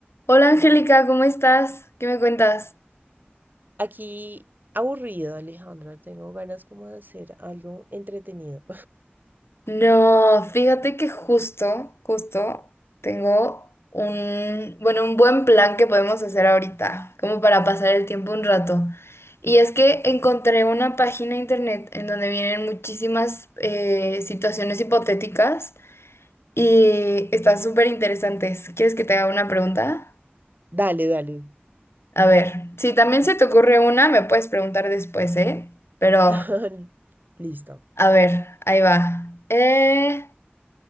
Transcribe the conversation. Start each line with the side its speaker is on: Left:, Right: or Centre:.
Left: Hola Angélica, ¿cómo estás? ¿Qué me cuentas?
Right: Aquí aburrido, Alejandra. Tengo ganas como de hacer algo entretenido.
Left: No, fíjate
Right: <laughs>
Left: que justo, justo tengo un, bueno, un buen plan que podemos hacer ahorita, como para pasar el tiempo un rato. Y es que encontré una página de internet en donde vienen muchísimas eh, situaciones hipotéticas y están súper interesantes. ¿Quieres que te haga una pregunta?
Right: Dale, dale.
Left: A ver, si también se te ocurre una, me puedes preguntar después, ¿eh? Pero,
Right: <laughs> Listo.
Left: a ver, ahí va. Eh,